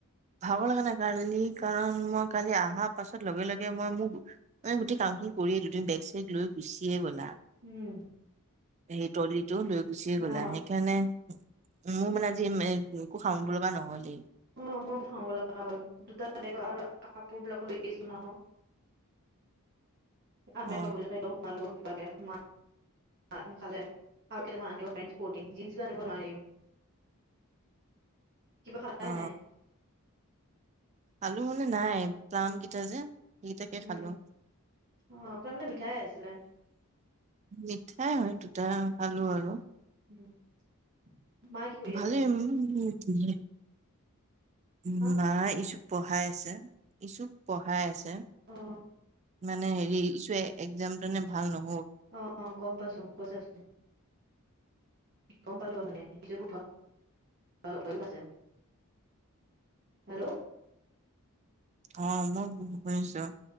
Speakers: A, on the right (about 30°); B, on the right (about 50°).
A: ভাগৰ লগা নাই কালি কাৰণ মই কালি অহাৰ পাছত লগে লগে মই মোক মই গোটেই কাম খিনি কৰি গোটেই বেগ চেগ লৈ গুচিয়ে গ'লা
B: উম
A: সেই ট্ৰলি তটো লৈ গুচিয়ে
B: অ
A: গ'লা সেইকাৰণে উ মোৰ মানে আজি মোকো খাম লগা নহলেই
B: সময় খাব লগা হয় দুটা দেখ আৰু কাপোৰ বিলাকলৈকে লৈ আহিছো ন' আমই
A: অ
B: পাবো লক মালো <unintelligible> কিবাকে সোমাই অঁ খালে আৰু কেইটামান আনিব পাৰিম স্পৰ্টিং জিনছ টো আনিব নোৱাৰিম। খালাই
A: অ
B: নাই
A: টোহে মানে নাই ট্ৰাংক কেইটা যে সেই তাকে
B: উম,
A: খালো
B: অ প্ৰমিতা মিঠাই আছিলে
A: মিঠাই হয় দুটা আলু আৰু
B: <unintelligible> কি কৰি
A: ভালে
B: আছে
A: উম <unintelligible> উম
B: হা
A: নাই পঢ়াই আছে ইছুক পঢ়াই আছে
B: অঁ
A: মানে হেৰি ইছুয়ে এক্সাম তেনে ভাল নহ
B: অ গম পাইছো কৈছে আ গম পালো অথনি যে মোৰ ভণ্টি হৈও আছে হেল্ল'
A: অ মই শুনিছো